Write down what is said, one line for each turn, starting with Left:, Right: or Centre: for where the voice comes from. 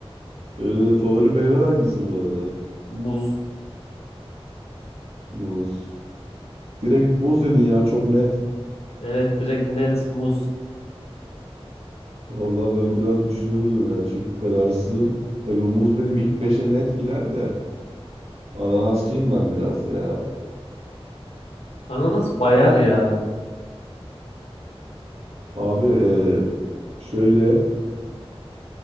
Right: Öyle favori meyven hangisi bu arada?
Left: Muz.
Right: Muz. Direkt muz dedin ya çok net.
Left: Evet direkt net muz.
Right: Valla ben biraz düşünürdüm ya çünkü kararsızım. Tabii muz benim ilk beşe net girer de. Ananasçıyım ben biraz ya.
Left: Ananas bayar ya.
Right: Abi e, şöyle